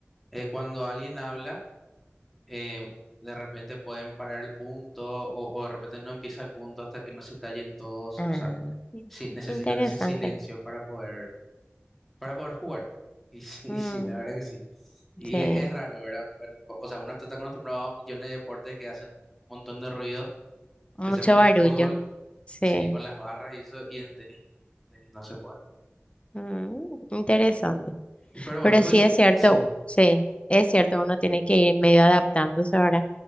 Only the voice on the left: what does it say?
Ah,
in-
interesante.
Mm,
sí,
mucho
barullo.
Sí,
Mm, interesante.
Pero
sí es cierto,
sí, es cierto, uno tiene que ir medio adaptándose ahora,